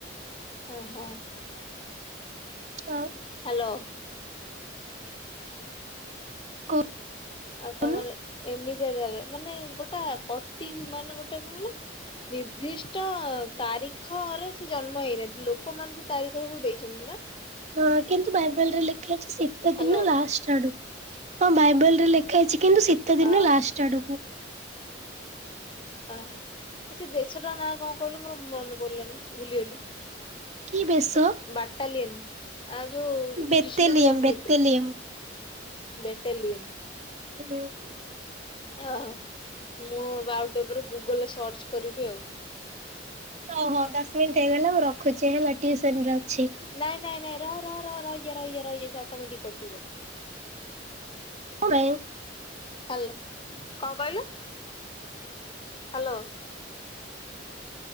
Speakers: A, on the left; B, on the right.
A: ହଁ ହଁ।
B: ହଁ। <inaudible>
A: ହାଲୋ।
B: କଣ
A: ଆଉ ତମର
B: କହୁନୁ
A: ଏମିତିଆ ଜାଗା ମାନେ ଗୋଟେ ପଟି ମାନେ ଗୋଟେ କଣ କହିଲୁ ନିର୍ଦ୍ଧିଷ୍ଟ ତାରିଖ ରେ ସେ ଜନ୍ମ ହେଇନାହାନ୍ତି ଲୋକମାନେ ସେ ତାରିଖ କୁ ଦେଇଛନ୍ତି ନା?
B: ହଁ କିନ୍ତୁ ବାଇବଲରେ ଲେଖା ହେଇଛି ଶୀତ
A: ହ୍ୟାଲୋ
B: ଦିନ ଲାଷ୍ଟ ଆଡୁକୁ। ହଁ ବାଇବଲରେ ଲେଖା ହେଇଛି କିନ୍ତୁ ଶୀତ
A: ହଁ
B: ଦିନ ଲାଷ୍ଟ ଆଡକୁ।
A: ଆଁ ସେ ବେଶ ଟା ନାଁ କଣ କହିଲୁ ମୋର ମନେ ପଡିଲାନି ଭୁଲିଗଲି?
B: କି ବେଶ?
A: ବାଟାଲିନ ଆ ଯୋଉ
B: ବେତେଲିୟମ
A: ଯିଶୁ ଯୋଉଠି ଜନ୍ମ
B: ବେତେଲିୟମ।
A: ହେଇଥିଲେ। ବେଟେଲିିୟନ
B: <inaudible>
A: ୟେହହ ମୁଁ ଆଉଟିକେ ପରେ ଗୁଗୁଲ ରେ ସର୍ଚ୍ଚ କରିବି ଆଉ।
B: ହଉ ହଉ ଦଶ ମିନିଟ ହେଇଗଲା ମୁଁ ରଖୁଛି ହେଲା ଟିୟୁସନ ରେ ଅଛି।
A: ନାଇଁ ନାଇଁ ନାଇଁ ର ର ର ରହିଯା ରହିଯା ରହିଯା ସେ ଅଟୋମେଟିକ୍ କଟିବ।
B: <unintelligible>
A: ହ୍ୟାଲୋ। କଣ କଇଲୁ? ହ୍ୟାଲୋ।